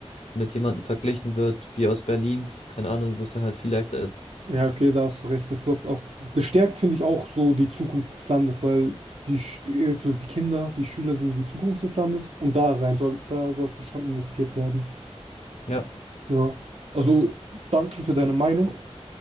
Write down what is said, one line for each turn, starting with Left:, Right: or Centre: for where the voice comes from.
Left: mit jemandem verglichen wird, wie aus Berlin, keine Ahnung, wo es dann halt viel leichter ist.
Right: Ja, okay, da hast du recht. Das sorgt auch, das stärkt, finde ich, auch so die Zukunft des Landes, weil die, Sch- äh, so die Kinder, die Schüler sind die Zukunft des Landes und da rein soll, da sollte schon investiert werden.
Left: Ja.
Right: Ja, also danke für deine Meinung.